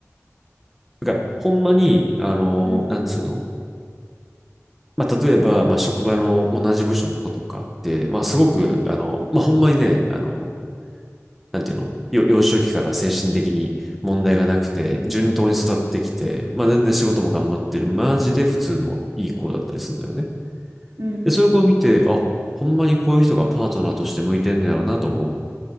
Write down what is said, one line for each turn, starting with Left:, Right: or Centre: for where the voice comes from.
Centre: だから、ほんまに、あの、
Right: うん。
Centre: なんつうのまあ、例えば、まあ、職場の同じ部署の子とかって、まあ、すごく、
Right: はい。
Centre: あの、まあ、ほんまにね、あの、なんていうの幼少期から精神的に問題がなくて、順当に育ってきて、まあ全然仕事も頑張ってる、マジで普通のいい子だったりするのよね。
Right: うん。
Centre: で、そういう子を見て、あ、ほんまにこういう人がパートナーとして向いてんねやろうなと思う、